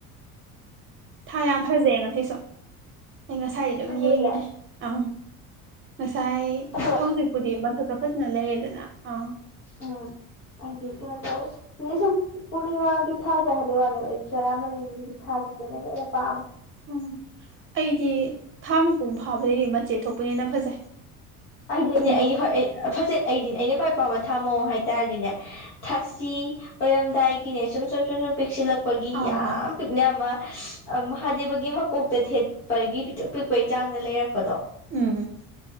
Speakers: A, on the right (about 30°); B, on the left (about 85°).
A: ꯊꯥ ꯌꯥꯝ ꯐꯖꯩꯌꯦ ꯉꯁꯤꯁꯨ ꯑꯩ ꯉꯁꯥꯏ ꯑꯗꯨꯝ
B: ꯐꯖꯩꯌꯦ
A: ꯌꯦꯡꯉꯤꯅꯦ ꯑꯪ ꯉꯁꯥꯏ
B: ꯑꯗꯣ
A: ꯍꯧꯖꯤꯛꯄꯨꯗꯤ ꯃꯊꯛꯇ ꯐꯖꯅ ꯂꯩꯔꯦꯗꯅ ꯑꯥ
B: ꯑ ꯍꯥꯏꯗꯤ ꯀꯩꯅꯣ ꯇꯧꯋ ꯅ ꯁꯨꯝ ꯄꯨꯔꯅꯤꯃꯥꯒꯤ ꯊꯥꯖ ꯍꯥꯏꯕ ꯋꯥꯅꯦꯕ ꯑꯩꯗꯤ ꯇꯔꯥꯃꯔꯤꯅꯤꯒꯨ ꯊꯥ ꯁꯤꯗꯅ ꯍꯦꯟꯅ ꯄꯥꯝ
A: ꯎꯝ ꯑꯩꯗꯤ ꯊꯥ ꯃꯄꯨꯡ ꯐꯥꯕꯗꯤ ꯃꯆꯦꯠ ꯊꯣꯛꯄꯅꯦꯅ ꯐꯖꯩ
B: ꯑꯩꯗꯤꯅꯦ
A: ꯎꯝ
B: ꯑꯩꯗꯤ ꯍꯣꯏ ꯑꯩ ꯐꯖꯩ ꯑꯩꯗꯤꯅꯦ ꯑꯩꯅ ꯈ꯭ꯋꯥꯏ ꯄꯥꯝꯕ ꯊꯥ ꯃꯑꯣꯡ ꯍꯥꯏꯇꯥꯥꯔꯗꯤꯅꯦ ꯊꯥꯁꯤ ꯑꯣꯏꯔꯝꯗꯥꯏꯒꯤꯅꯦ ꯁꯨꯝ ꯁꯨꯝ ꯁꯨꯝ ꯁꯨꯝ ꯄꯤꯛꯁꯤꯜꯂꯛꯄ ꯄꯒꯤ
A: ꯑꯥ
B: ꯌꯥꯝ ꯄꯤꯛꯅ ꯑꯃ ꯑ ꯃꯍꯥꯗꯦꯕꯒꯤ ꯃꯀꯣꯛꯇ ꯊꯦꯠꯄꯒꯤ ꯄꯤ ꯄꯤꯛꯄꯒꯤ ꯆꯥꯡꯗ ꯂꯩꯔꯛꯄꯗꯣ
A: ꯎꯝ